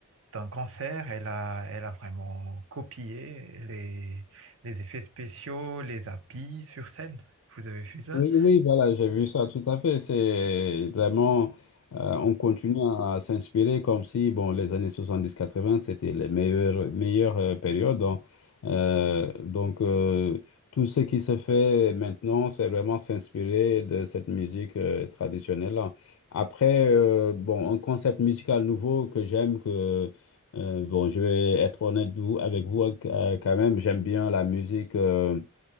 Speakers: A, on the right; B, on the left.
A: d'un concert, elle a, elle a vraiment copié les, les effets spéciaux, les habits sur scène. Vous avez vu ça?
B: Oui, oui, voilà, j'ai vu ça tout à fait. C'est vraiment, euh, on continue à s'inspirer comme si, bon, les années soixante-dix quatre-vingts c'était les meilleures, meilleures euh, périodes. Donc, euh, donc, euh, tout ce qui se fait maintenant, c'est vraiment s'inspirer de cette musique euh, traditionnelle-là. Après, euh, bon, un concept musical nouveau que j'aime, que, euh, bon, je vais être honnête vous- avec vous euh, quand même, j'aime bien la musique. euh,